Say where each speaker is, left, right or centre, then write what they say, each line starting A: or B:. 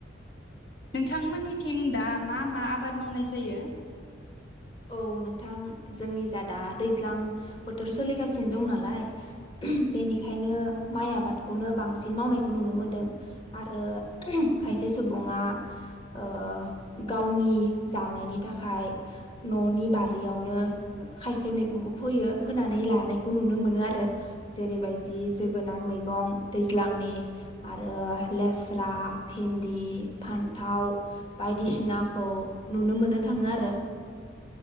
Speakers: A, on the left (about 55°); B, on the left (about 25°).
A: नोंथांमोननिथिं दा मा मा आबाद मावनाय जायो?
B: औ नोंथां जोंनि जादा दैज्लां बोथोर सोलिगासिनो दं नालाय ओम बेनिखायनो माइ आबादखौनो बांसिन मावनायखौ नुनो मोनदों आरो खायसे सुबुङा ओ गावनि जानायनि थाखाय ननि बारियावनो खायसे मैगंखौ फोयो फोनानै लानायखौ नुनो मोनो आरो जेरैबायजि जोगोनार मैगं दैज्लांनि आरो लेस्रा भिन्दि फान्थाव बायदिसिनाखौ नुनो मोननो थाङो आरो